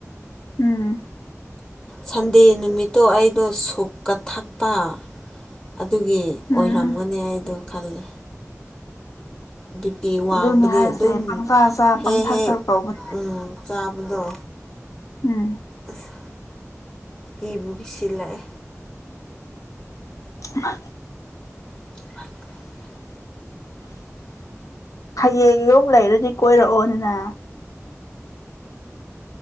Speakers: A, on the left; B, on the left.
A: ꯎꯝ
B: ꯁꯟꯗꯦ ꯅꯨꯃꯤꯠꯇꯣ ꯑꯩꯗꯣ ꯁꯨꯞꯀ ꯊꯛꯄ ꯑꯗꯨꯒꯤ
A: ꯎꯝ
B: ꯑꯣꯏꯔꯝꯒꯅꯤ ꯑꯩꯗꯣ ꯈꯜꯂꯦ ꯕꯤꯄꯤ ꯋꯥꯡꯕꯗꯤ
A: ꯑꯗꯨꯅꯦ ꯍꯥꯏꯁꯦ
B: ꯑꯗꯨꯝ
A: ꯄꯪꯆꯥ ꯆꯥ
B: ꯍꯦꯛ
A: ꯄꯪꯊꯛ
B: ꯍꯦꯛ
A: ꯊꯛ ꯇꯧꯕ
B: ꯎꯝ ꯆꯥꯕꯗꯣ
A: ꯎꯝ
B: ꯑꯁ ꯀꯤꯕꯨ ꯀꯤꯁꯤꯜꯂꯛꯑꯦ
A: ꯉ
B: <unintelligible>
A: ꯍꯌꯦꯡ ꯌꯧ ꯂꯩꯔꯗꯤ ꯀꯣꯏꯔꯛꯑꯣꯗꯅ